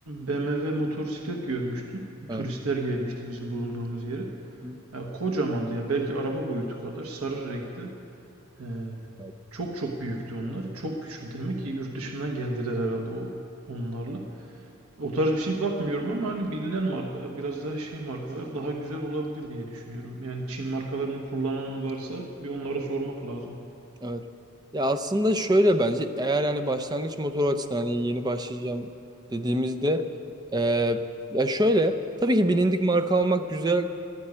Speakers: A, on the right (about 80°); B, on the right (about 20°).
A: BMW motosiklet görmüştüm.
B: Evet.
A: Turistler gelmişti bizim bulunduğumuz yere.
B: Hı.
A: Ya kocamandı ya belki araba boyutu kadar sarı renkte. Ee,
B: Evet.
A: çok çok büyüktü onlar. Çok güçlü demek ki yurt dışından geldiler herhalde o onlarla. O tarz bir şey bakmıyorum ama hani bilinen markalar biraz daha şey markalar daha güzel olabilir diye düşünüyorum. Yani Çin markalarını kullanan varsa bir onlara sormak lazım.
B: Evet. Ya aslında şöyle bence eğer yani başlangıç motoru açısından hani yeni başlayacağım dediğimizde eee, ya şöyle tabii ki bilindik marka almak güzel